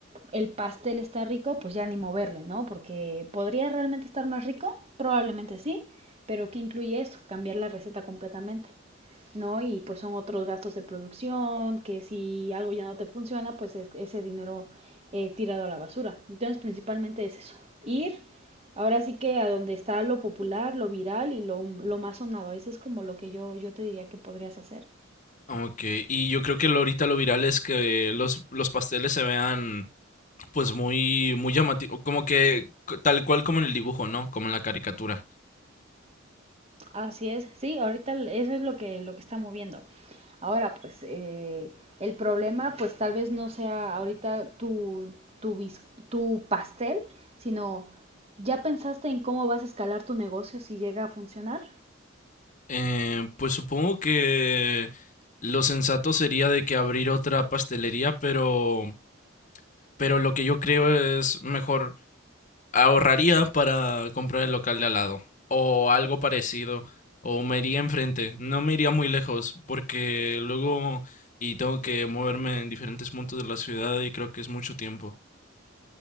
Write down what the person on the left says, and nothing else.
Ok, y yo creo que lo, ahorita lo viral es que los, los pasteles se vean pues muy, muy llamativos, como que c- tal cual como en el dibujo, ¿no? Como en la caricatura.
Eh, pues supongo que lo sensato sería de que abrir otra pastelería, pero, pero lo que yo creo es mejor ahorraría para comprar el local de al lado o algo parecido o me iría enfrente, no me iría muy lejos porque luego y tengo que moverme en diferentes puntos de la ciudad y creo que es mucho tiempo.